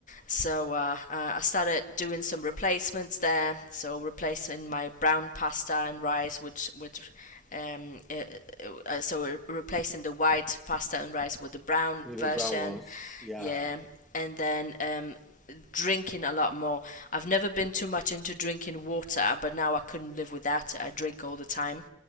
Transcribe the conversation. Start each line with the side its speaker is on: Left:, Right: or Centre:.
Left: So uh, uh, I started doing some replacements there. So replacing my brown pasta and rice with with um, uh, uh, so replacing the white pasta and rice with the brown
Centre: Little
Left: version
Centre: brown ones. Yeah.
Left: yeah, and then um, drinking a lot more. I've never been too much into drinking water, but now I couldn't live without it. I drink all the time.